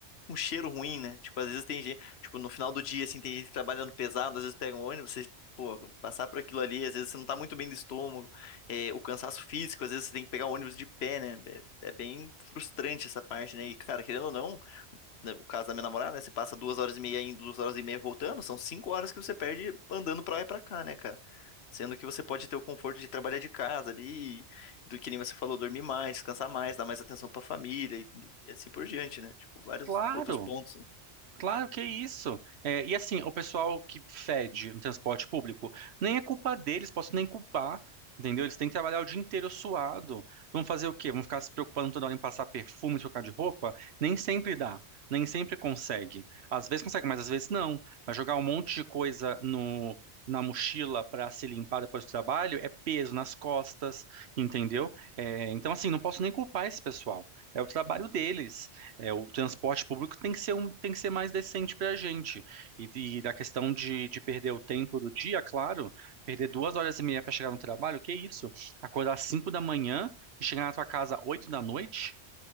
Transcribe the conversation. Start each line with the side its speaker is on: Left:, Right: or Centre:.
Left: um cheiro ruim, né? Tipo, às vezes tem gente, tipo, no final do dia, assim, tem gente trabalhando pesado, às vezes pega um ônibus, pô, passar por aquilo ali, às vezes você não tá muito bem do estômago, é, o cansaço físico, às vezes você tem que pegar o ônibus de pé, né? É, é bem frustrante essa parte, né? E, cara, querendo ou não, né, o caso da minha namorada, né? Você passa duas horas e meia indo, duas horas e meia voltando, são cinco horas que você perde andando pra lá e pra cá, né, cara? Sendo que você pode ter o conforto de trabalhar de casa ali, do que nem você falou, dormir mais, descansar mais, dar mais atenção pra família e, e assim por diante, né? Tipo, vários
Right: Claro.
Left: outros pontos. né?
Right: Claro que é isso. É, e assim, o pessoal que fede no transporte público, nem é culpa deles, posso nem culpar, entendeu? Eles têm que trabalhar o dia inteiro suado. Vão fazer o quê? Vão ficar se preocupando toda hora em passar perfume, trocar de roupa? Nem sempre dá, nem sempre consegue. Às vezes consegue, mas às vezes não. Mas jogar um monte de coisa no, na mochila para se limpar depois do trabalho é peso nas costas, entendeu? É, então, assim, não posso nem culpar esse pessoal. É o trabalho deles. É, o transporte público tem que ser, um, tem que ser mais decente para a gente. E, e da questão de, de perder o tempo do dia, claro, perder duas horas e meia para chegar no trabalho, que isso? Acordar às cinco da manhã e chegar na tua casa às oito da noite?